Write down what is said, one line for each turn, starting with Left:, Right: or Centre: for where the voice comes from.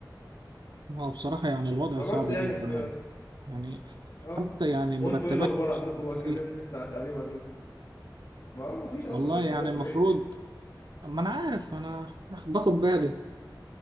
Right: هو بصراحة يعني الوضع
Left: فبس
Right: صعب
Left: يعني
Right: جدا
Left: ف
Right: يعني يعني
Left: اه
Right: حتى يعني مرتبات
Left: وانتوا ايه الاخبار
Right: مش
Left: عندكم
Right: بتزيد
Left: بقى كلمني انت على التعليم عندكم ما هو مفيش اصلا
Right: والله
Left: مرتبات
Right: يعني المفروض
Left: ده ضحك
Right: ما انا عارف انا باخد بالي